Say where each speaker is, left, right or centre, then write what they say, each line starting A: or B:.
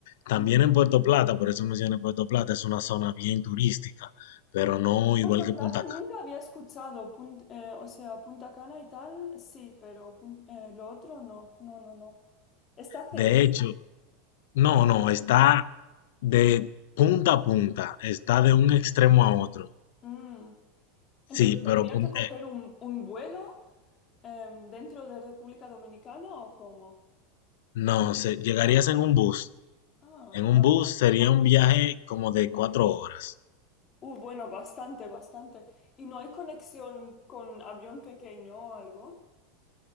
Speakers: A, on the left; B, on the left.
A: También
B: Ujú.
A: en Puerto Plata, por eso mencioné Puerto Plata, es una zona bien turística, pero no
B: Puerto
A: igual que
B: Plata
A: Punta
B: nunca
A: Cana.
B: había escuchado, Pun- eh, o sea, Punta Cana y tal, sí, pero Pun- eh, lo otro no, no, no, no. Está cerca.
A: De hecho, no, no, está de punta a punta, está de un extremo a otro.
B: Mm.
A: Sí,
B: Entonces,
A: pero
B: ¿tendría
A: pun-
B: que coger
A: eh,
B: un, un vuelo em, dentro de República Dominicana o cómo?
A: No, se- llegarías en un bus.
B: Ah,
A: En un
B: vale.
A: bus sería un viaje como de cuatro horas.
B: Uh, bueno, bastante, bastante. ¿Y no hay conexión con avión pequeño o algo?